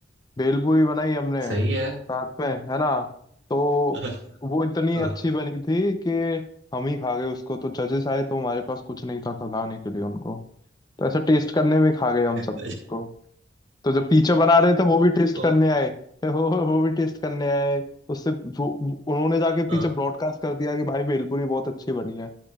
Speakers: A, on the left; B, on the right.
A: भेलपूरी बनाई हमने
B: सही है
A: साथ में है ना तो
B: <laughs>
A: वो इतनी
B: हाँ,
A: अच्छी बनी थी कि हम ही खा गए उसको तो जजेस आए तो हमारे पास कुछ नहीं था खिलाने के लिए उनको तो ऐसा टेस्ट करने में खा गए हम सबको
B: अच्छा,
A: तो जब पीछे बना रहे थे वो भी टेस्ट
B: ओहो,
A: करने आए <laughs> वो वो भी टेस्ट करने आए उससे वो वो- उन्होंने जाके पीछे
B: हाँ,
A: ब्रॉडकास्ट कर दिया कि भाई भेलपूरी बहुत अच्छी बनी है